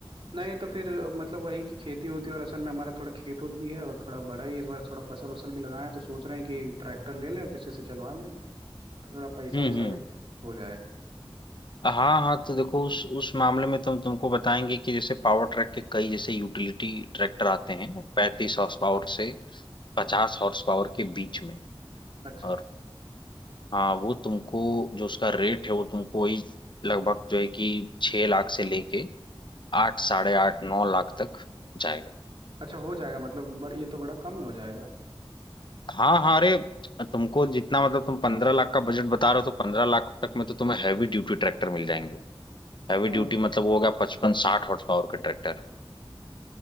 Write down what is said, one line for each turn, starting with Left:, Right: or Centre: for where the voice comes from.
Right: नहीं तो फिर मतलब वही कि खेती होती है और असल में हमारा थोड़ा खेत उत भी है और थोड़ा बड़ा ही इस बार थोड़ा फसल वसल भी लगाए हैं तो सोच रहे हैं कि ट्रैक्टर ले लें और किसी से चलवा लें तो थोड़ा पैसा
Left: हम्म
Right: वैसा
Left: हम्म
Right: भी हो जाएगा
Left: हाँ हाँ तो देखो उस उस मामले में तुम तुमको बताएंगे कि जैसे पावर ट्रैक के कई जैसे यूटिलिटी ट्रैक्टर आते हैं पैंतीस हॉर्स पावर से पचास हॉर्स पावर के बीच में
Right: अच्छा
Left: और हाँ वो तुमको जो उसका रेट है वो तुमको वही लगभग जो है कि छह लाख से लेके आठ साढ़े आठ नौ लाख तक जाएगा
Right: अच्छा हो जाएगा मतलब बड़, ये तो बड़ा कम में हो जाएगा
Left: हाँ हाँ अरे तुमको जितना मतलब तुम पंद्रह लाख का बजट बता रहे हो तो पंद्रह लाख तक में तो तुम्हें हैवी ड्यूटी ट्रैक्टर मिल जाएंगे हैवी
Right: हाँ,
Left: ड्यूटी
Right: अच्छा
Left: मतलब
Right: अच्छा
Left: वो होगा पचपन साठ हॉर्स पावर के ट्रैक्टर